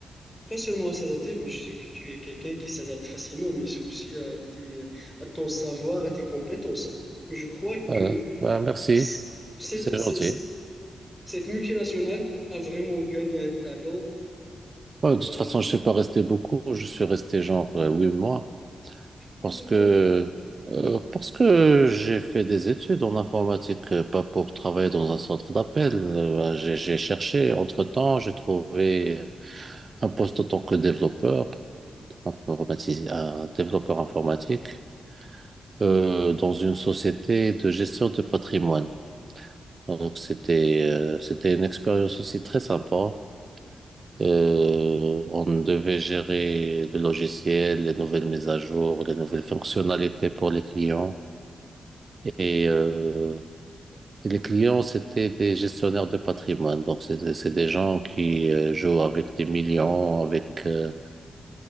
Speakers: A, in the centre; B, on the right.
A: Pas seulement à s'adapter, mais je sais que tu es quelqu'un qui s'adapte facilement, mais c'est aussi à tes, à ton savoir, à tes compétences. Mais Je crois
B: Voilà.
A: que
B: Ben, merci,
A: c- Cette,
B: c'est
A: c'est-
B: gentil.
A: c'est- cette multinationale a vraiment gagné un talent.
B: Ouais, de
A: euh,
B: toute façon, je ne suis pas resté beaucoup, je suis resté genre euh, huit mois.
A: mais
B: Parce
A: pourquoi?
B: que, euh, parce que j'ai fait des études en informatique, euh, pas pour travailler dans un centre d'appel. Euh, bah, j'ai, j'ai cherché, entre-temps, j'ai trouvé un poste en tant que développeur, informatis- un développeur informatique, euh, dans une société de gestion de patrimoine. Donc c'était, euh, c'était une expérience aussi très sympa. Euh, on devait gérer le logiciel, les nouvelles mises à jour, les nouvelles fonctionnalités pour les clients. Et, euh, et les clients, c'était des gestionnaires de patrimoine. Donc, c'est des c'est des gens qui euh, jouent avec des millions, avec, euh,